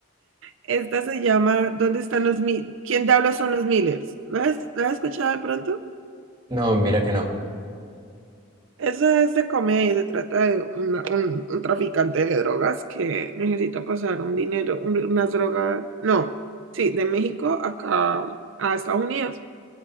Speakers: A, on the right (about 70°); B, on the right (about 20°).
A: Esta se llama ¿Dónde están los Mi... ¿Quién diablos son los Millers? ¿Lo has, lo has escuchado de pronto?
B: No, mira que no.
A: Esa es de comedia, se trata de una- un, un traficante de drogas que necesita pasar un dinero, un- unas drogas, no, sí, de México acá a Estados Unidos.